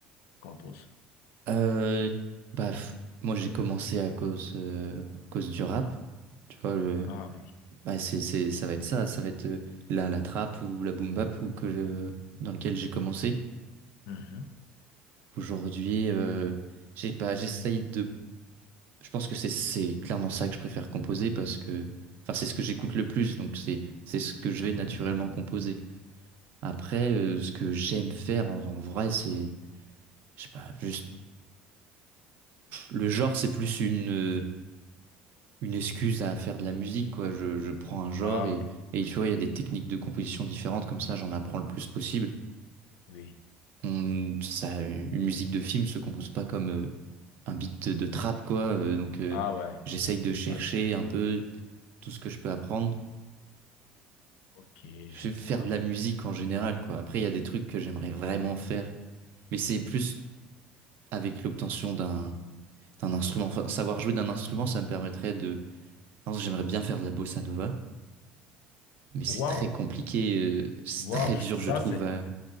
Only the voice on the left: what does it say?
composes?
Ah oui.
Mhm.
Mhm.
Ah
oui.
Oui.
Ah ouais.
Pas du tout.
Ok, je
vois,
je
vois.
Waouh,
waouh,
ça
c'est,